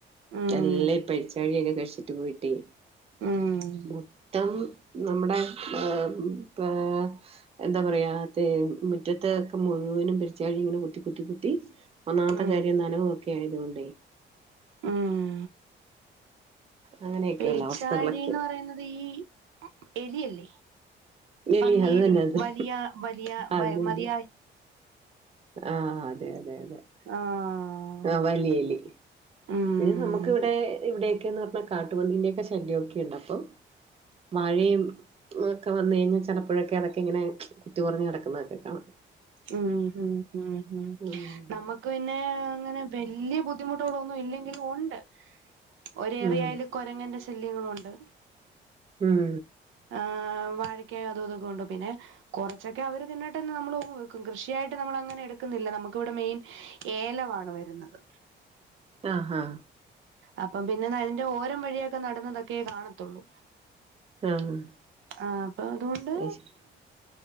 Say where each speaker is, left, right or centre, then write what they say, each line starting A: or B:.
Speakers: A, on the right (about 80°); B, on the right (about 30°).
A: ഉം
B: എല്ലം ഇ പെരിച്ചാഴിയൊക്കെ കഴിച്ചിട്ട് പോയിട്ടേ
A: മ്മ്
B: മൊത്തം ന്നമ്മുടെ ഏ മ് പ്ലേ എന്താ പറയാ അതേ മുറ്റത്ത് ഒക്കെ മുഴുവനും പെരിച്ചാഴി ഇങ്ങനെ കുത്തി കുത്തി കുത്തി ഒന്നാമത്ത
A: ഉം
B: കാര്യം ന്നനവൊക്കെ ആയതുകൊണ്ടേ
A: ഉം
B: അങ്ങനെയൊക്കെയുള്ള
A: പെരിച്ചാഴി
B: അവസ്ഥകളൊക്കെയാ
A: ന്ന് പറയുന്നത് ഈ എലിയല്ലേ
B: ഇല്ലല്ല
A: പന്നിഎലി
B: അത് തന്നെ അത് തന്നെ
A: വലിയ വലിയ
B: അത്
A: വൈ
B: തന്നെ
A: മതിയായ്
B: ആഹ് അതെ അതെ അതെ
A: ആഹ്
B: ആഹ് വലിയെലി
A: ഉം
B: പിന്നെ നമുക്കവിടെ ഇവിടെയൊക്കെന്ന് പറഞ്ഞാ കാട്ടുപന്നിന്റെയൊക്കെ ശല്യയൊക്കെുണ്ട് അപ്പോ വാഴയും അതൊക്കെ വന്ന കഴിഞ്ഞാ ചിലപ്പോഴൊക്കെ അതൊക്കെങ്ങനെ കുത്തി മറിഞ് കിടക്കുന്നതൊക്കെ കാണാം
A: ഉം ഉം ഉം
B: ഉം
A: നമ്മക്ക് പിന്നെ അങ്ങനെ വലിയ ബുദ്ധിമുട്ട്കളൊന്നും ഇല്ലങ്കിലും ഒണ്ട് ഒരേറിയാലും
B: ഉം
A: കൊ കൊരങ്ങന്റെ ശല്യങ്ങള് ഒണ്ട്
B: ഉം
A: ആഹ് വാഴക്കയ അത് ഇതൊക്കെ ഉണ്ട് പിന്നെ കുറച്ചൊക്കെ അവര് തിന്നിട്ട്ന്നൊക്കേ നമ്മള് ഓഹ് കൃഷിയായിട്ട് നമ്മള് അങ്ങനെ എടുക്കുന്നില്ല നമുക്കിവിടെ മെയിൻ ഏലാവാണ് വരുന്നത്
B: ആഹ് ഹ
A: അപ്പം പിന്നെ അതിന്റെ ഓരം വഴിയൊക്കെ നടന്നതൊക്കെ കാണത്തുള്ളൂ
B: ആഹ്
A: ആഹ് അപ്പൊ അതുകൊണ്ട്
B: അത് ശരി